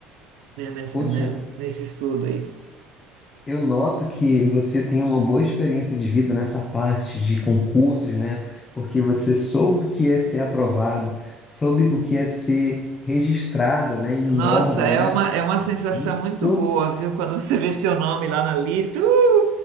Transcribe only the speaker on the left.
Poxa,
eu noto que você tem uma boa experiência de vida nessa parte de concursos, né? Porque você soube o que é ser aprovado, soube o que é ser registrada, né, em um
órgão,
né?
Isso